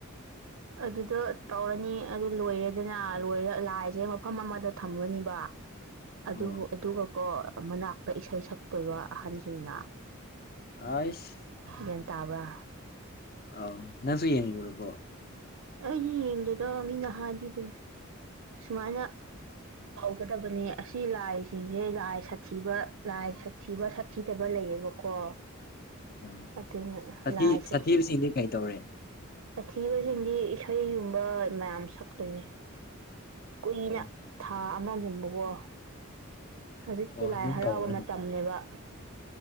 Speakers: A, on the right (about 70°); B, on the left (about 45°).
A: ꯑꯗꯨꯗꯣ ꯇꯧꯔꯅꯤ ꯑꯗꯨ ꯂꯣꯏꯔꯦꯗꯅ ꯂꯣꯏꯔ ꯂꯥꯏꯁꯦ ꯃꯐꯝ ꯑꯃꯗ ꯊꯝꯒꯅꯤꯕ ꯑꯗꯨ
B: ꯑꯣ
A: ꯑꯗꯨꯒꯀꯣ ꯃꯅꯥꯛꯇ ꯏꯁꯩ ꯁꯛꯇꯣꯏꯕ ꯑꯍꯟꯁꯤꯡꯅ
B: ꯑꯩꯁ
A: ꯒ꯭ꯌꯥꯟ ꯇꯥꯕ꯭ꯔꯥ
B: ꯑꯥꯎ ꯅꯪꯁꯨ ꯌꯦꯡꯉꯨꯔꯕꯣ
A: ꯑꯩꯗꯤ ꯌꯦꯡꯗꯦꯗ ꯃꯤꯅ ꯍꯥꯏꯕꯤꯕꯅꯦ ꯁꯨꯃꯥꯏꯅ ꯀꯥꯎꯒꯗꯕꯅꯦ ꯑꯁꯤ ꯂꯥꯏꯁꯤꯡꯁꯦ ꯂꯥꯏ ꯁꯥꯊꯤꯕ ꯂꯥꯏ ꯁꯥꯊꯤꯕ ꯁꯥꯊꯤꯗꯕ ꯂꯩꯌꯦꯕꯀꯣ
B: ꯑꯣ
A: ꯑꯗꯨꯅ
B: ꯁꯥꯊꯤ
A: ꯂꯥꯏ ꯆꯠꯇꯦ
B: ꯁꯥꯊꯤꯕꯁꯤꯡꯗꯤ ꯀꯩ ꯇꯧꯔꯦ
A: ꯁꯥꯊꯤꯕꯁꯤꯡꯗꯤ ꯏꯁꯩꯒꯨꯝꯕ ꯃꯌꯥꯝ ꯁꯛꯇꯣꯏꯅꯦ ꯀꯨꯏꯅ
B: ꯑꯣ
A: ꯊꯥ ꯑꯃꯒꯨꯝꯕꯀꯣ ꯍꯧꯖꯤꯛꯇꯤ
B: ꯑꯣ
A: ꯂꯥꯏ
B: ꯑꯗꯨꯝ
A: ꯍꯔꯥꯎꯕ
B: ꯇꯧꯔꯅꯤ
A: ꯃꯇꯝꯅꯦꯕ